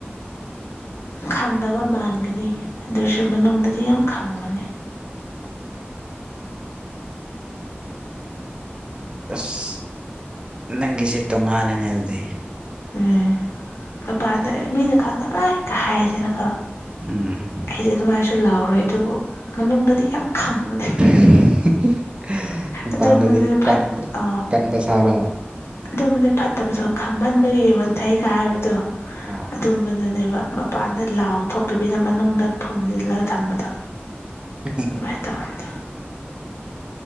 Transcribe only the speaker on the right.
ꯑꯁ ꯅꯪꯒꯤꯁꯦ ꯇꯣꯡꯉꯥꯜꯂꯦꯅꯦ ꯑꯗꯨꯗꯤ
ꯎꯝ
<unintelligible>
ꯀꯟꯕ
ꯀꯟꯕ ꯁꯥꯕ
ꯑꯥꯎ
<unintelligible>